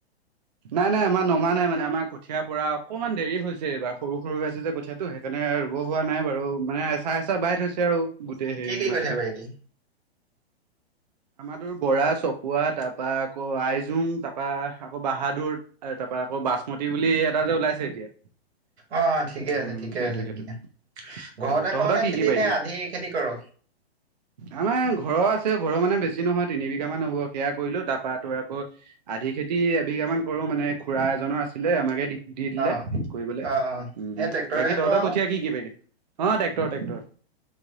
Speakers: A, on the right (about 45°); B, on the right (about 80°).
A: নাই, নাই আমাৰ নমা নাই মানে আমাৰ কঠিয়াৰ পৰা অকমান দেৰি হৈছে এইবাৰ সৰু সৰু হৈ আছে যে কঠীয়াতো সেইকাৰণে মানে ৰুব হোৱা নাই বাৰু মানে এচাহ এচাহ বাই থৈছে আৰু। গোটেই হেৰি
B: কি কি
A: মাটিটো
B: কঠীয়া পাৰিলি?
A: আমাৰ তো বৰা চকুৱা তাৰপা আকৌ আইজোং তাৰপা আকৌ বাহাদুৰ তাৰপা আকৌ বাচমতী বুলি এটা যে ওলাইছে এতিয়া
B: অ', অ', ঠিকে
A: উম
B: আছে ঠিকে
A: সেইটো
B: আছে
A: সেইটো
B: ধুনীয়া ঘৰতে
A: অ তহঁতৰ
B: কৰ নে
A: কি
B: খেতি
A: কি পাৰিলি
B: নে আধি খেতি কৰ'।
A: আমাৰ ঘৰত আছে ঘৰৰ মানে বেছি নহয় তিন বিঘা মান হ'ব সেয়া কৰিলো তাৰপৰা তোৰ আকৌ আধি খেতি প্ৰতি এবিঘা মান কৰো মানে খুৰা এজনৰ আছিলে আমাকে দি দিলে
B: অ
A: কৰিবলৈ। উম,
B: অ অ এই ট্ৰেক্টৰেহে
A: বাকী তহতৰ
B: কৰো আৰু।
A: কঠিয়া কি কি পাৰিলি অ টেক্টৰ, টেক্টৰ